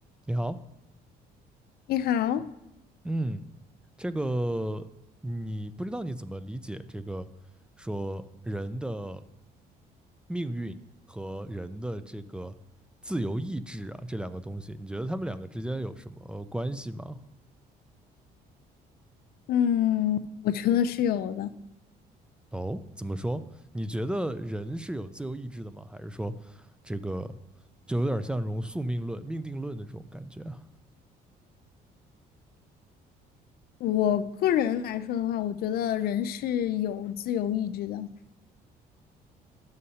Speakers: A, in the centre; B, on the left.
A: 你好，
B: 你好，
A: 嗯，这个你不知道你怎么理解这个说人的命运和人的这个自由意志啊，这两个东西，你觉得他们两个之间有什么关系吗？
B: 嗯，我觉得是有的。
A: 哦，怎么说？你觉得人是有自由意志的吗？还是说这个就有点像这种宿命论、命定论的这种感觉啊？
B: 我个人来说的话，我觉得人是有自由意志的，